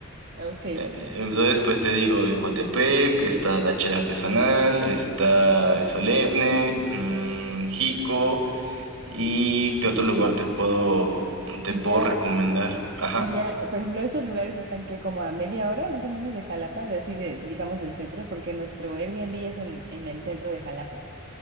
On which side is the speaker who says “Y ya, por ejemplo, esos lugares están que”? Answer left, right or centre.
Right